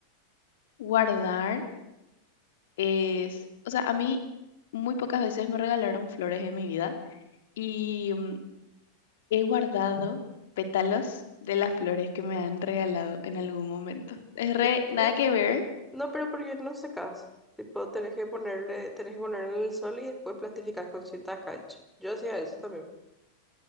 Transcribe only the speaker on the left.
guardar es, o sea, a mí muy pocas veces me regalaron flores en mi vida. Y mm, He guardado pétalos de las flores que me han regalado en algún momento. Es re,
nada que ver.